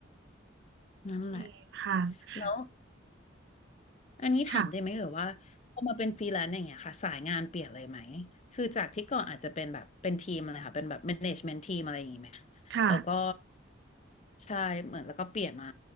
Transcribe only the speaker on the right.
จริงค่ะค่
ะ
ค่ะ